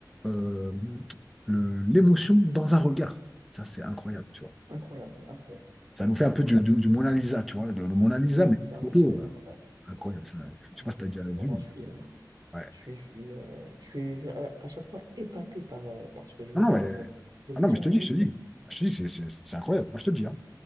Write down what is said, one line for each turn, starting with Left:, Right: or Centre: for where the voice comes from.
Centre: euh, le- l'émotion dans un regard. Ça, c'est incroyable, tu vois.
Right: Incroyable, incroyable,
Centre: Ça nous fait un peu
Right: incroyable.
Centre: du, du, du Mona Lisa, tu vois, de- le Mona Lisa,
Right: Oui, mais
Centre: mais en
Right: c'est incroyable,
Centre: photo, euh,
Right: incroyable, incroyable,
Centre: incroyable. ça. Je
Right: incroyable.
Centre: sais pas si t'as déjà
Right: Vraiment,
Centre: vu, mais
Right: je suis, euh,
Centre: ouais.
Right: je suis, je suis, euh, je suis je- à à chaque fois épaté par, euh, par ce que je vois
Centre: Non, non, mais,
Right: quand je vois des expositions
Centre: ah non, mais je te
Right: et
Centre: dis,
Right: tout.
Centre: je te dis, je te dis, c'est c'est- c'est incroyable. Moi, je te dis, hein. Moi,